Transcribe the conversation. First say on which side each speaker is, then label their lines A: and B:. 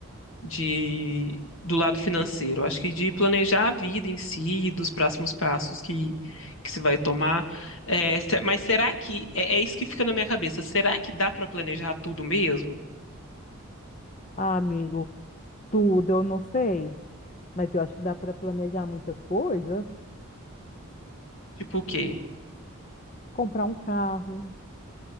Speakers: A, on the left; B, on the left.
A: de do lado financeiro, acho que de planejar a vida em si, dos próximos passos que, que se vai tomar. É, se- mas será que é, é isso que fica na minha cabeça? Será que dá para planejar tudo mesmo?
B: Ah, amigo. Tudo, eu não sei, mas eu acho que dá para planejar muitas coisas.
A: Tipo o quê?
B: Comprar um carro.